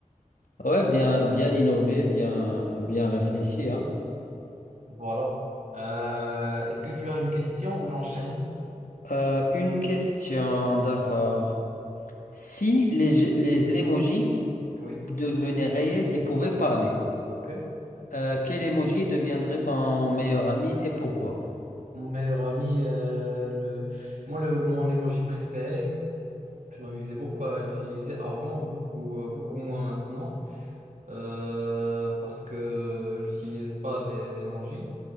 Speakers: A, on the left; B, on the right.
A: Ouais, bien, bien innové, bien, bien réfléchi, hein.
B: Voilà. Euh, est-ce que tu as une question ou j'enchaîne?
A: Euh, une question, d'accord. Si les, je- les émojis
B: Oui,
A: devenaient réels et pouvaient parler,
B: ok.
A: euh, quel émoji deviendrait ton meilleur ami et pourquoi?
B: Mon meilleur ami, euh, le... moi, le, mon emoji préféré, je m'amusais beaucoup à l'utiliser avant, beaucoup, euh, beaucoup moins maintenant. euh, parce que j'utilise pas les emojis.